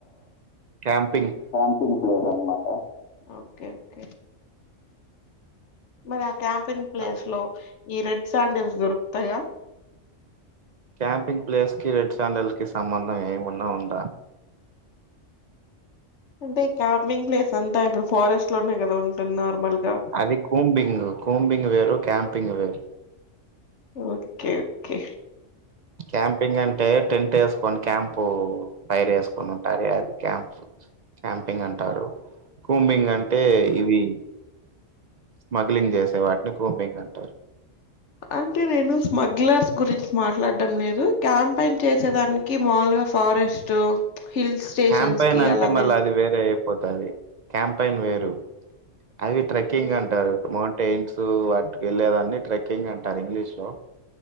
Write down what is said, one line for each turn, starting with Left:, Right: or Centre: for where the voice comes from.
Right: క్యాంప్
Left: క్యాంపింగ్ ఫ్లేస్ అనమాట. ఓకే ఓకే మరి క్యాంపింగ్ ప్లేస్
Right: అదే
Left: లో ఈ రెడ్ శాండిల్స్ దొరుకుతయా.
Right: క్యాంపింగ్ ప్లేస్ కి రెడ్ శాండిల్స్ కి సంబంధం ఏమన్నా ఉందా.
Left: అంటే క్యాపింగ్ ప్లేస్ అంతా ఇప్పుడు ఫారెస్ట్ లోనే కదా ఉంటుంది నార్మల్ గా
Right: అది కూంబింగ్. కూంబింగ్ వేరు క్యాంపింగ్ వేరు.
Left: ఓకే ఓకే
Right: క్యాంపింగ్ అంటే టెంట్ ఏసుకొని క్యాంపు ఫైర్ ఏసుకొని ఉంటారే అది. క్యాంప్ క్యాంపింగ్ అంటారు. కూంబింగ్ అంటే ఇవి స్మగ్లింగ్ చేసే వాటిని కూంబింగ్ అంటరు.
Left: అంటే నేను స్మగ్లర్స్ గురించి మాట్లాడడం లేదు. క్యాంపెయిన్ చేసేదానికి మాములుగా ఫారెస్ట్ హిల్ స్టేషన్స్
Right: క్యాంపైన్
Left: కి
Right: అంటే
Left: అలా వెళ్ళి
Right: మళ్ళా అది వేరే అయిపోతాది క్యాంపైన్ వేరు. అది ట్రెక్కింగ్
Left: ఉమ్.
Right: అంటారు మౌం టెయిల్సు వాటికి వెళ్ళేదాన్ని ట్రెక్కింగ్ అంటారు ఇంగ్లీష్ లో.